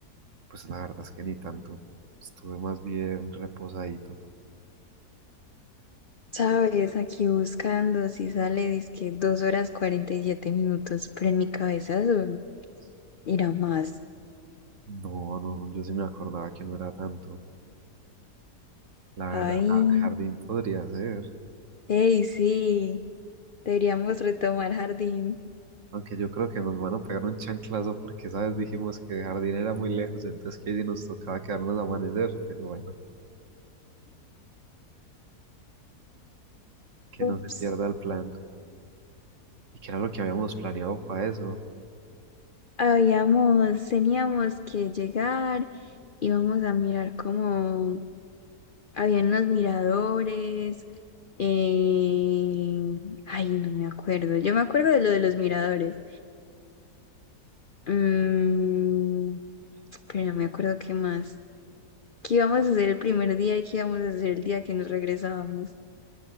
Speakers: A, on the right; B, on the left.
A: Pues la verdad es que ni tanto. Estuve más bien reposadito.
B: Sabes, aquí buscando si sale, dizque dos horas 47 minutos, pero en mi cabeza eso era más.
A: No, no, yo sí me acordaba que no era tanto. La verdad,
B: Ay,
A: ja- jardín podría ser.
B: hey, sí, deberíamos retomar jardín.
A: Aunque yo creo que nos van a pegar un chanclazo porque, ¿sabes? Dijimos que jardín era muy lejos, entonces que si nos tocaba quedarnos a amanecer, pero bueno, que
B: Ups,
A: no se pierda el plan. ¿Y qué era lo que habíamos planeado para eso?
B: habíamos, teníamos que llegar, íbamos a mirar como habían unos miradores. eh, Ay, no me acuerdo. Yo me acuerdo de lo de los miradores. Mm, pero no me acuerdo qué más. ¿Qué íbamos a hacer el primer día y qué íbamos a hacer el día que nos regresábamos?